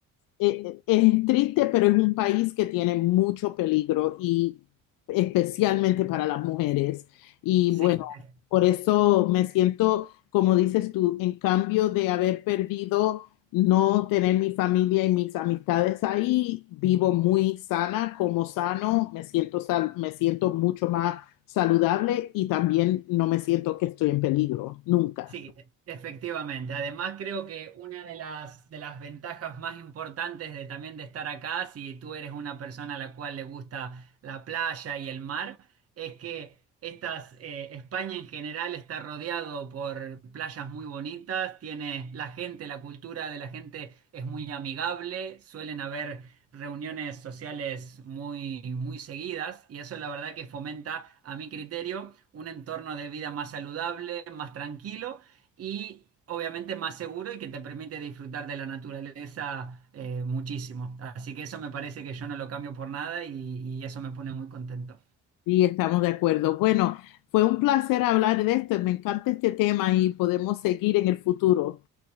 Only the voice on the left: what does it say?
eh, eh, es triste, pero es un país que tiene mucho peligro y especialmente para las mujeres. Y
bueno,
por eso me siento, como dices tú, en cambio de haber perdido no tener mi familia y mis amistades ahí, vivo muy sana, como sano, me siento sal- me siento mucho más saludable y también no me siento que estoy en peligro, nunca.
Sí, estamos de acuerdo. Bueno, fue un placer hablar de esto. Me encanta este tema y podemos seguir en el futuro.